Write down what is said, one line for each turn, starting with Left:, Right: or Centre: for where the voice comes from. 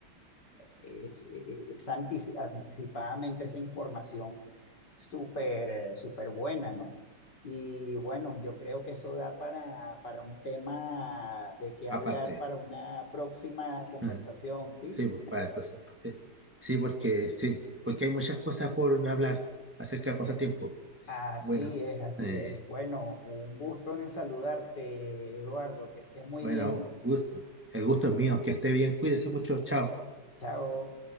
Left: es, e-, es antici- anticipadamente esa información súper, eh, súper buena, ¿no? Y bueno, yo creo que eso da para, para un tema de qué hablar
Centre: Aparte.
Left: para una próxima conversación,
Centre: Ujú. <laughs>
Left: ¿sí?
Centre: Sí, pues, para pues, sí. Sí, porque sí, porque hay muchas cosas por hablar acerca de pasatiempo.
Left: Así
Centre: Bueno,
Left: es, así
Centre: eh,
Left: es. Bueno, un gusto en saludarte, Eduardo, que estés muy
Centre: bueno,
Left: bien.
Centre: gusto. El gusto es mío, que esté bien, cuídese mucho, chao.
Left: Chao.